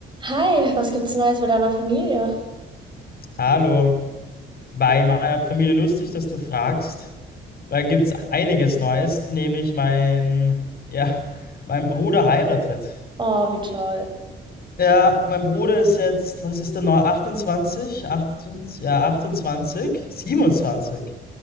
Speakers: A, on the right; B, on the left.
A: Hi, was gibt's Neues mit deiner Familie?
B: Hallo, bei meiner Familie lustig, dass du fragst. Da gibt's einiges Neues, nämlich mein, ja, mein Bruder heiratet.
A: Oh, wie toll.
B: Ja, mein Bruder ist jetzt, was ist denn neu? 28? 28? Ja, 28? 27.